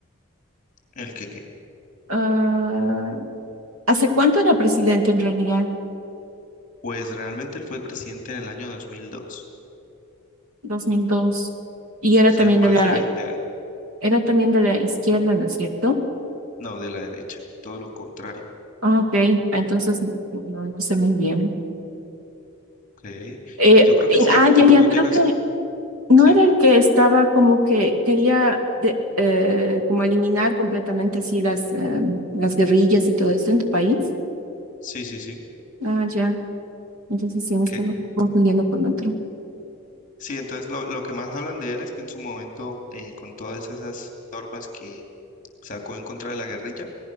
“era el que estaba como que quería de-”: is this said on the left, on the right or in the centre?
Right